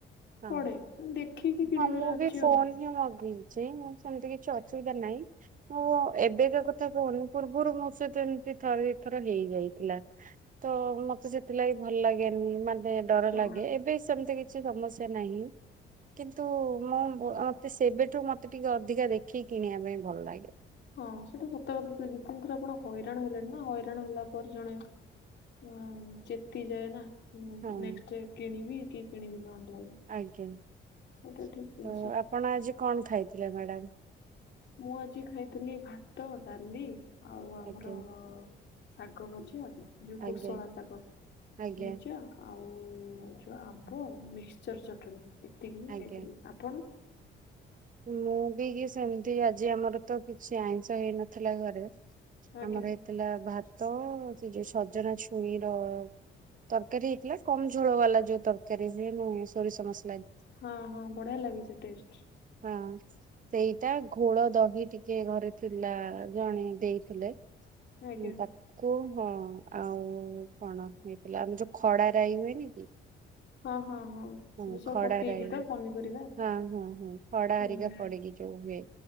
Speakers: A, on the right; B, on the left.
A: ହଁ।
B: କୁଆଡେ ଦେଖିକି କିଣିବାର
A: ହଁ
B: ଅଛି ଆଉ।
A: ମୁଁ ମଗେଇଚି ମୁଁ ସେମିତି କିଛି ଅସୁବିଧାରେ ନାହିଁ ମୁଁ ଏବେକା କଥା କହୁନି ପୂର୍ବୁରୁ ମୋ ସହିତ ଏମିତି ଥରେ ଦିଥର ହେଇଯାଇଥିଲା ତ ମତେ ସେ ଥିଲାଗି ଭଲ ଲାଗେନି ମତେ ଡର
B: ହଁ
A: ଲାଗେ ଏବେ ସେମିତି କି ଛି ସମସ୍ୟା ନାହିଁ କିନ୍ତୁ ମ୍ୟାମ୍ ଅ ମତେ ସେବେଠୁ ମତେ ଟିକେ ଅଧିକା ଦେ ଖି କିଣିବା ପାଇଁ ଭଲ ଲାଗେ।
B: ହଁ ସେଇଟା ସତ କଥା ଦି ଦି ତିିନ ଥର ଆପଣ ହଇରାଣ ହେଲେଣି ନା, ହଇରାଣ ହେଲା ପରେ ଜଣେ ହଁ ଚେତି ଯାଏ ନା ଉଁ
A: ହଁ
B: ନେକ୍ସଟେ କିଣବି କି କିଣବିନି ଅନଲାଇନ?
A: ଆଜ୍ଞା
B: ଏଇଟା
A: ତ
B: ଠିକ ଜିନିଷ
A: ଆପଣ ଆଜି କଣ ଖାଇଥିଲେ ମ୍ୟାଡାମ୍?
B: ମୁଁ ଆଜି ଖାଇଥିଲି ଭାତ ଡାଲି ଆଉ ଆମର
A: ଆଜ୍ଞା
B: ଶାଗ ଭଜା ଯୋଉ କୋଶଳାଶାଗ
A: ଆଜ୍ଞା ଆଜ୍ଞା
B: ଭଜା ଆଉ ଯୋଉ ଆମ୍ବ, ମିକ୍ସଚର ଚଟଣି ଏତିକି ହିଁ
A: ଆଜ୍ଞା।
B: ଖାଇଥିଲି ଆପଣ?
A: ମୁଁ ବି କି ସେମିତି ଆଜି ଆମର ତ କିଛି ଆଇଁଷ ହେଇନଥେଲା ଘରେ
B: ଆଜ୍ଞା
A: ଆମର ଏତ ଥିଲା ଭାତ ସେ ଯୋଉ ସଜନା ଛୁଇଁର ତରକାରୀ ହେଇଥିଲା କମ୍ ଝୋଳ ବାଲା ଯୋଉ ତରକାରୀ ହୁଏନି ସୋରିଷ ମସ୍
B: ହଁ ହଁ ବଢିଆ ଲାଗେ ସେ ଟେଷ୍ଟ।
A: ହଁ ସେଇଟା ଘୋଳଦହି ଟିକେ ଘରେ ଥିଲା ଜଣେ ଦେଇଥିଲେ
B: ଆଜ୍ଞା।
A: ହୁଁ ତାକୁ ହଁ ଆଉ କଣ ହେଇଥିଲା ଆମର ଯୋଉ ଖଡା ରାଇ ହୁଏନି କି?
B: ହଁ ହଁ ସେ
A: ହଁ
B: ଯୋଉ ସବୁ
A: ଖଡା
B: ପକେଇକି
A: ରାଇ
B: ତ ପନିପରିବା
A: ହଁ ହଁ ହୁଁ ଖଡା
B: ହୁଁ।
A: ହେରିକା ପଡିକି ଯୋଉ ହୁଏ